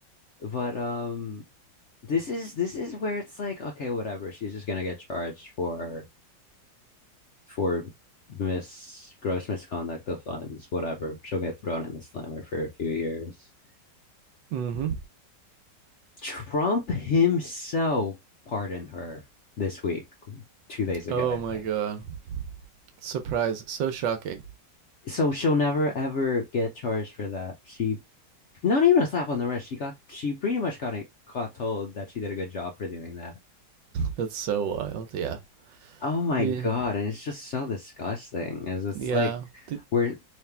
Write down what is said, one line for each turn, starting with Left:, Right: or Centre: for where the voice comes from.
Left: but um This is this is where it's like, okay, whatever. She's just gonna get charged for for mis gross misconduct of funds, whatever. She'll get thrown in the slammer for a few years.
Right: Mm-hmm.
Left: Trump himself pardoned her this week, two days ago,
Right: Oh
Left: I think.
Right: my god! Surprise! So shocking.
Left: So she'll never ever get charged for that. She not even a slap on the wrist. She got she pretty much got it told that she did a good job for doing that.
Right: That's so wild. Yeah.
Left: Oh my
Right: Yeah.
Left: God. And it's just so disgusting. Is it's
Right: Yeah.
Left: like
Right: The
Left: where it-